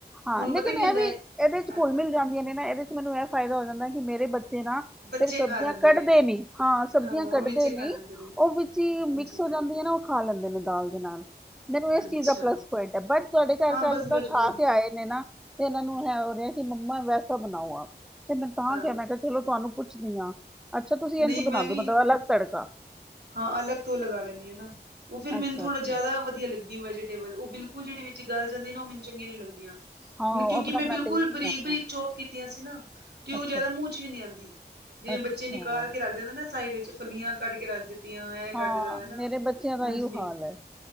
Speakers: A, in the centre; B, on the right.
A: ਹਾਂ
B: ਹੁਣ
A: ਲੇਕਿਨ
B: ਪਤਾ ਕੀ ਹੁੰਦਾ
A: ਇਹ ਵੀ,
B: ਹੈ
A: ਇਹਦੇ 'ਚ ਘੁਲ ਮਿਲ ਜਾਂਦੀਆਂ ਨੇ ਨਾ, ਇਹਦੇ ਮੈਨੂੰ ਇਹ ਫਾਇਦਾ ਹੋ ਜਾਂਦਾ, ਕਿ ਮੇਰੇ ਬੱਚੇ ਨਾ
B: ਬੱਚੇ
A: ਫੇਿਰ ਸਬਜ਼ੀਆਂ
B: ਖਾ ਲੈਂਦੇ
A: ਕੱਢਦੇ
B: ਨੇ
A: ਨਹੀਂ। ਹਾਂ ਸਬਜ਼ੀਆਂ
B: ਹਾਂ
A: ਕੱਢਦੇ
B: ਵਿੱਚੇ ਖਾ
A: ਨੀ,
B: ਲੈਂਦੇ ਨੇ
A: ਉਹ ਵਿੱਚ ਹੀ
B: ਹਾਂਜੀ
A: ਮਿਕਸ ਹੋ ਜਾਂਦੀ ਹੈ ਨਾ, ਉਹ ਖਾ ਲੈਂਦੇ ਨੇ ਦਾਲ ਦੇ ਨਾਲ। ਮੈਨੂੰ ਇਸ
B: ਅੱਛਾ
A: ਚੀਜ਼ ਦਾ ਪਲੱਸ ਪੁਆਇੰਟ ਹੈ, ਬਟ ਤੁਹਾਡੇ ਘਰ
B: ਹਾਂ
A: 'ਘ
B: ਬਸ ਵੈਜੀਟੇਬਲ
A: ਖਾ ਕੇ ਖਾਏ ਨੇ ਨਾ, ਤੇ ਇਹਨਾਂ ਨੂੰ ਹੈ ਹੋ ਰਿਹਾ, ਕਿ ਮੰਮਾ ਵੈਸਾ ਬਣਾਓ ਆਪ। ਤੇ ਮੈਂ ਤਾਂ
B: ਹਾਂ
A: ਕ ਕਿਹਾ ਮੈਂ ਕਿਹਾ ਚਲੋ ਤੁਹਾਨੂੰ ਪੁੱਛਦੀ ਹਾਂ, ਅੱਛਾ ਤੁਸੀਂ
B: ਨਹੀਂ
A: ਇੰਝ ਬਣਾਦੋ,
B: ਮੈਂ ਵੀ
A: ਮਤਲਬ ਅਲੱਗ ਤੜਕਾ।
B: ਹਾਂ ਅਲੱਗ ਤੋਂ ਲੱਗਾ ਲੈਂਦੀ ਆ ਨਾ, ਉਹ ਫੇਿਰ ਮੈਨੂੰ
A: ਅੱਛਾ
B: ਥੋੜ੍ਹਾ
A: ਅੱਛਾ
B: ਜਿਆਦਾ ਵਧੀਆ ਲੱਗਦਾ ਵੈਜੀਟੇਬਲ, ਉਹ ਬਿਲਕੁਲ ਜਿਹੜੇ ਵਿੱਚ ਗੱਲ ਜਾਂਦੀ ਨੇ, ਉਹ ਮੈਨੂੰ ਚੰਗੀਆਂ ਨੀ ਲਗਦੀਆਂ।
A: ਹਾਂ ਉਹ
B: ਕਿਉਂਕਿ
A: ਆਪਣਾ
B: ਮੈਂ
A: ਆਪਣਾ
B: ਬਿਲਕੁਲ
A: ਟੇਸਟ
B: ਬਰੀਕ-
A: ਹੈ
B: ਬਰੀਕ
A: ਨਾ
B: ਚੋਪ ਕੀਤੀਆਂ ਸੀ ਨਾ, ਤੇ ਉਹ
A: ਅੱਛਾ
B: ਜ਼ਿਆਦਾ ਮੂੰਹ 'ਚ ਵੀ ਨਹੀਂ ਆਉਂਦੀ। ਜਿਵੇਂ
A: ਅੱਛਾ
B: ਬੱਚੇ ਨਿਕਾਲ ਕੇ ਰੱਖ ਦਿੰਦਾ ਨਾ ਸਾਈਡ ਵਿੱਚ, ਫੱਲੀਆਂ ਕੱਢ ਕੇ ਰੱਖ ਦਿੱਤੀਆਂ, ਇਹ ਕੱਢਦਾ
A: ਹਾਂ
B: ਹਨਾ।
A: ਮੇਰੇ ਬੱਚਿਆਂ ਦਾ ਇਹੋ
B: ਉੰਝ ਨੀ
A: ਹਾਲ ਹੈ।